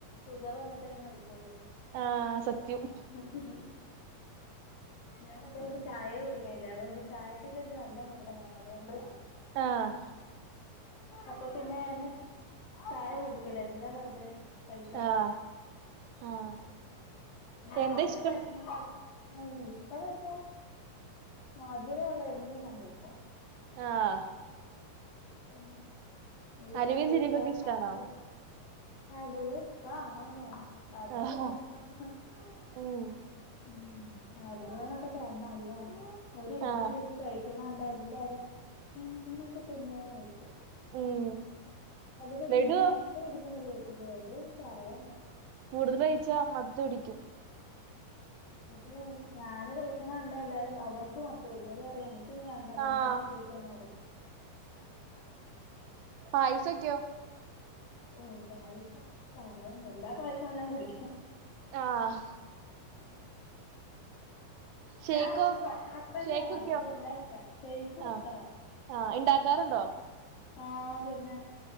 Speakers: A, on the left (about 70°); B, on the right (about 80°).
A: ഷുഗറ് വന്ന്ട്ടേ നീ മരിക്കൊള്ളൂ
B: ആഹ് സത്യം
A: ക്ക്ഹും ഞൻ അതോണ്ട് ചായെ കുടിക്കൽല്ല അതോകൊണ്ട് ചായക്കൊക്കെ ഇൻക് നല്ല മധുരം വാണം അതോണ്ട്
B: ആഹ്
A: അപ്പൊ പിന്നെയാന് ചായ കുടിക്കലേ എന്തിനാ വെറ്തെ പൈസ കളയണെ
B: ആഹ് ആഹ്
A: ന്നാലും
B: എന്താ
A: ബാക്കിള്ളതല്ലാം
B: ഇഷ്ടം
A: ആഹ് ഇഷ്ടാന്ന് വെച്ചാ മധുരള്ളല്ലാം ഞാകഴിക്കും
B: ആഹ്
A: പിന്നെ ഈ
B: അലുവയും
A: ഫലൂദ
B: ജിലേബിയൊക്കെ ഇഷ്ടാണോ
A: ശാർജ അലുവഷ്ടാണോന്നോ അലുവ
B: ആഹ്
A: ക്ക്ന്ന്പർണാ
B: ഉം
A: ഉം അലുവാന്നക്ക പർഞ്ഞ അള്ളാ ഒരി രിപ്പിനിര്ന്ന്
B: ആഹ്
A: കഴിക്യന്നണ്ടാല്ലാരും ഇങ്ങനെക്കെ തിന്നോ ന്നോയ്ക്കും
B: ഉം
A: അലുവ നിനക്ക്
B: ലഡുവോ
A: മൊത്തം ഇടിക്ക്ണില്ലേക്കും ലഡും പറയൺണ്ട
B: കൂടുതലൊയിച്ചാ മത്ത് പിടിക്കും
A: പക്ഷെ ൻഞാന് കഴിക്കണണ്ടാ എല്ലാരും അവർക്ക് മത്ത്പിടിക്കും ഓല് പറ്യാണ് ക്ക്ഞ് വേണ്ടാ നിയെന്നെ
B: ആഹ്
A: കഴിച്ചോന്നറി
B: പായസൊ ക്യോ
A: ഓ പായസം പറയണ്ടാ എല്ലാ പായസും ഞാൻ കുടിക്കും
B: ആഹ്
A: അപ്പങ്ങക്കെ
B: ഷേക്കോ
A: ഞാ ഒരു ഭക്ഷണപ്രേമിയാണ്
B: ഷേക്കൊക്കെയോ
A: അതോകൊണ്ട് എല്ലാഷ്ടാ ശയിക്കു
B: ആഹ്
A: ഷ്ട്ടാ
B: ആഹ് ഇണ്ടാക്കാറുണ്ടോ
A: ആഹ് പിന്നെ